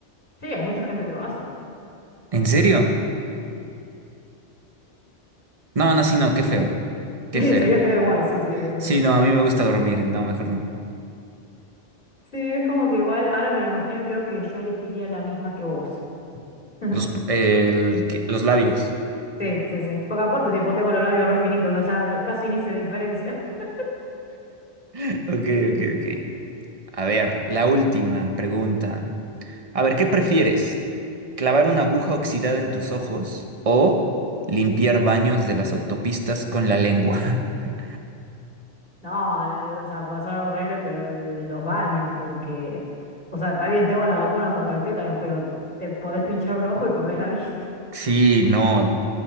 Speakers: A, on the left; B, on the right.
A: Sí, hay mucha gente que lo hace.
B: ¿En serio? No, no, sí, no, qué feo,
A: <laughs>
B: qué feo.
A: sería feo igual, sí, sí, eso
B: Sí,
A: sí.
B: no, a mí me gusta dormir, no, mejor no.
A: Sí, es como que igual, ahora me lo imagino y creo que yo elegiría la misma que vos. <laughs>
B: Los, p- el que- los labios.
A: Sí, sí, sí. Porque aparte, tipo, tengo los labios re finitos, o sea, ya casi ni se diferencia. <laughs>
B: <laughs> Ok, ok, ok. A ver, la última pregunta. A ver, ¿qué prefieres? ¿Clavar una aguja oxidada en tus ojos o limpiar baños de las autopistas con la lengua? <laughs>
A: No, la- o sea, va a sonar horrible, pero el de los baños, porque, o sea, está bien, tengo la vacuna contra el tétanos, pero te podés pinchar un ojo y perdés la vista.
B: Sí, no,